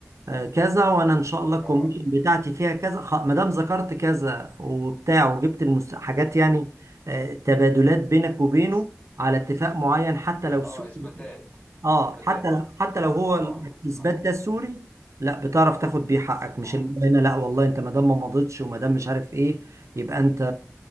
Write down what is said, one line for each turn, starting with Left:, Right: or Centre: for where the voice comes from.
Right: آه، كذا وانا ان شاء الله الكوميشن
Left: اه
Right: بتاعتي فيها كذا خ- ما دام ذكرت كذا وبتاع وجبت المس... حاجات يعني
Left: امم
Right: آه، تبادلات بينك وبينه
Left: بس
Right: على اتفاق
Left: إث-
Right: معين حتى لو سوء
Left: اه اثباتات
Right: اه
Left: اثباتات
Right: حتى لو حتى لو هو
Left: اه
Right: الاثبات
Left: اه
Right: ده السوري لا بتعرف تاخد بيه حقك مش
Left: اه
Right: اللي هو هنا لا والله انت ما دام ما مضيتش وما دام مش عارف ايه يبقى انت